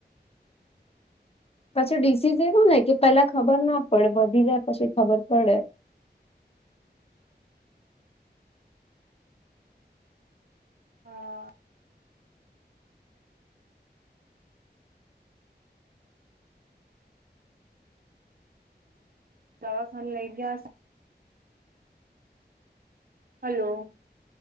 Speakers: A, on the left; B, on the right.
A: પછી ડીસીઝ એવું ને કે પેલા ખબર ના પડે બધી જાય પછી ખબર પડે.
B: હા દવાખાન લઈ ગયા હલો